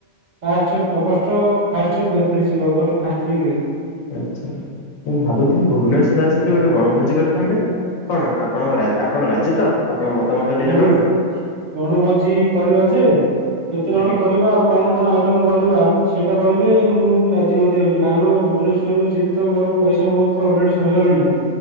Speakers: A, on the right; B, on the left.
A: ଫାଷ୍ଟରେ ଅଗଷ୍ଟ ଫାଷ୍ଟରେ ଫେରିଯିବେ ଅଗଷ୍ଟ ଫାଷ୍ଟ ୱିକରେ।
B: ଆଛା, ମୁଁ ଭାବୁଥିଲି ଭୁବନେସ୍ୱର ଆସିଲି ଗୋଟେ ବଣଭୋଜି କରିଥାନ୍ତେ? କଣ ଆପଣଙ୍କ ଆପଣ ରାଜି ତ? ଆପଣ ମତାମତ ଟିକେ
A: ବଣ
B: ଜଣାନ୍ତୁ
A: ବଣଭୋଜି କରିବା ଯେ କେତେ ଜଣ
B: ଆଜ୍ଞା
A: କରିବା ଆଉ କଣ କଣ ଆଇଟମ୍ କରିବା ସେଇଟା କହିଲେ ମୁଁ ରାଜି ମଧ୍ୟ ହେବି କାରଣ ଭୁବନେଶ୍ୱରରୁ ଯିବି ତ ମୋର ପଇସା ବହୁତ ଅଲରେଡି ସରିଗଲାଣି।